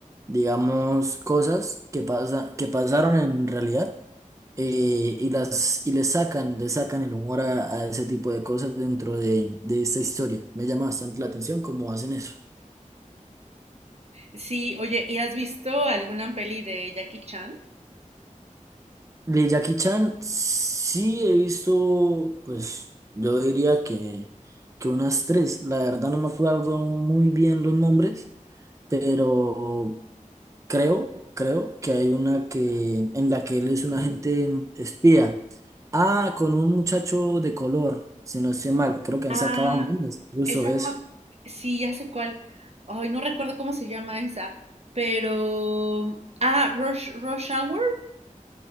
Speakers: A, on the right; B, on the right.
A: digamos, cosas que pasa, que pasaron en realidad eh, y las y le sacan, le sacan el humor a, a ese tipo de cosas dentro de, de esta historia. Me llama bastante la atención cómo hacen eso.
B: Sí, oye, ¿y has visto alguna peli de Jackie Chan?
A: De Jackie Chan sí he visto, pues yo diría que, que unas tres. La verdad no me acuerdo muy bien los nombres, pero creo, creo que hay una que en la que él es un agente espía. Ah, con un muchacho de color, si no estoy mal. Creo que
B: Ah,
A: han sacado memes, incluso
B: esa
A: eso.
B: no. me ac- Sí, ya sé cuál. Ay, no recuerdo cómo se llama esa, pero. Ah, Rush, Rush Hour.